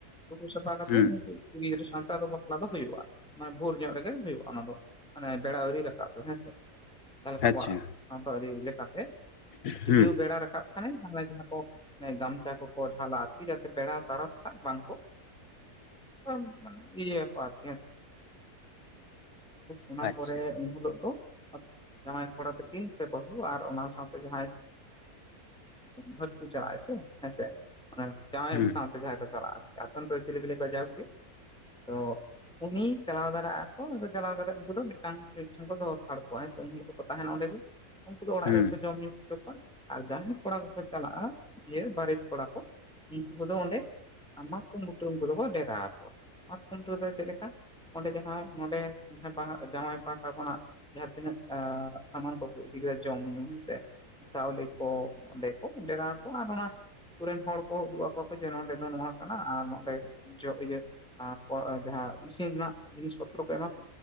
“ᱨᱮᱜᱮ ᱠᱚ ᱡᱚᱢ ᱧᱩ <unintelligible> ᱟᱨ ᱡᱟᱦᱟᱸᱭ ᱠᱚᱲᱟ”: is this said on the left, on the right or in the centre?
Centre